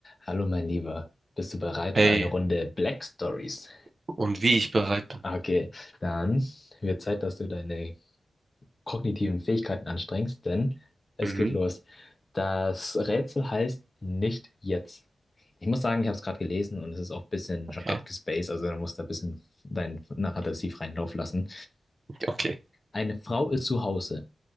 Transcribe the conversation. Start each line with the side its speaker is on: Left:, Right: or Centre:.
Left: Hallo, mein Lieber. Bist du bereit
Right: Hey,
Left: für eine Runde Black Stories?
Right: und wie ich bereit bin.
Left: Okay, dann wird Zeit, dass du deine kognitiven Fähigkeiten anstrengst, denn es
Right: Mhm,
Left: geht los. Das Rätsel heißt nicht jetzt. Ich muss sagen, ich habe es gerade gelesen und es ist auch ein bisschen
Right: okay,
Left: schon abgespaced, also du musst da ein bisschen deinen Narrativ freien Lauf lassen.
Right: okay.
Left: Eine Frau ist zu Hause,